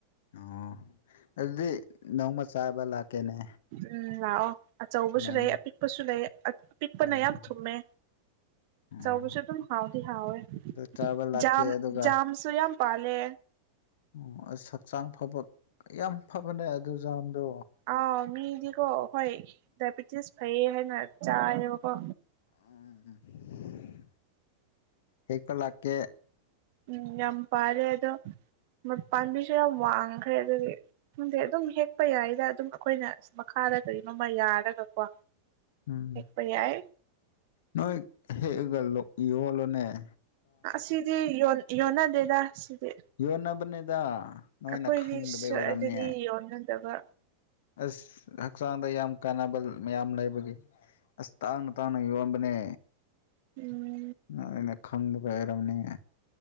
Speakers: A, on the left; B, on the right.
A: ꯑꯣ ꯑꯗꯨꯗꯤ ꯅꯣꯡꯃ ꯆꯥꯕ ꯂꯥꯛꯀꯦꯅꯦ꯫
B: ꯎꯝ ꯂꯥꯛꯑꯣ ꯑꯆꯧꯕꯁꯨ
A: ꯅꯪ
B: ꯂꯩ ꯑꯄꯤꯛꯄꯁꯨ ꯂꯩ ꯑꯄꯤꯛꯄꯅ
A: ꯎꯝ
B: ꯌꯥꯝ ꯊꯨꯝꯃꯦ꯫
A: ꯎꯝ
B: ꯆꯧꯕꯁꯨ ꯑꯗꯨꯝ ꯍꯥꯎꯗꯤ ꯍꯥꯎꯋꯦ
A: ꯑꯗꯨ ꯆꯥꯕ ꯂꯥꯛꯀꯦ
B: ꯖꯥꯝ
A: ꯑꯗꯨꯒ
B: ꯖꯥꯝꯁꯨ ꯌꯥꯝ ꯄꯥꯜꯂꯦ꯫
A: ꯑꯣ ꯑꯁ ꯍꯛꯆꯥꯡ ꯐꯕ ꯌꯥꯝ ꯐꯕꯅꯦ ꯑꯗꯨꯖꯥꯝꯗꯣ꯫
B: ꯑꯥꯎ ꯃꯤꯗꯤꯀꯣ ꯍꯣꯏ ꯗꯥꯏꯕꯤꯇꯤꯁ ꯐꯩꯌꯦ ꯍꯥꯏꯅ ꯆꯥꯏꯌꯦꯕꯀꯣ꯫
A: ꯎꯝ ꯎꯝ ꯎꯝ ꯍꯦꯛꯄ ꯂꯥꯛꯀꯦ꯫
B: ꯎꯝ ꯌꯥꯝ ꯄꯥꯜꯂꯦ ꯑꯗꯣ ꯄꯥꯝꯕꯤꯁꯨ ꯌꯥꯝ ꯋꯥꯡꯈ꯭ꯔꯦ ꯑꯗꯨꯒꯤ ꯑꯗꯨꯝ ꯍꯦꯛꯄ ꯌꯥꯏꯗ ꯑꯗꯨꯝ ꯑꯈꯣꯏꯅ ꯃꯈꯥꯗ ꯀꯩꯅꯣꯝꯃ ꯌꯥꯔꯒꯀꯣ
A: ꯎꯝ
B: ꯍꯦꯛꯄ ꯌꯥꯏ
A: ꯅꯣꯏ ꯍꯦꯛꯑꯒ ꯂꯣꯛ ꯌꯣꯜꯂꯣꯅꯦ ꯫
B: ꯁꯤꯗꯤ ꯌꯣꯟ ꯌꯣꯟꯅꯗꯦꯗ ꯁꯤꯗꯤ꯫
A: ꯌꯣꯟꯅꯕꯅꯦꯗ ꯅꯣꯏꯅ
B: ꯑꯩꯈꯣꯏꯗꯤ
A: ꯈꯪꯗꯕꯩ
B: ꯁ
A: ꯑꯣꯏꯔꯝꯅꯤ꯫
B: ꯑꯗꯨꯗꯤ ꯌꯣꯟꯅꯗꯕ
A: ꯑꯁ ꯍꯛꯆꯥꯡꯗ ꯌꯥꯝ ꯀꯥꯟꯅꯕ ꯃꯌꯥꯝ ꯂꯩꯕꯒꯤ ꯑꯁ ꯇꯥꯡꯅ ꯇꯥꯡꯅ ꯌꯣꯟꯕꯅꯦ꯫
B: ꯎꯝ
A: ꯅꯣꯏꯅ ꯈꯪꯗꯕꯩ ꯑꯣꯏꯔꯝꯅꯤ꯫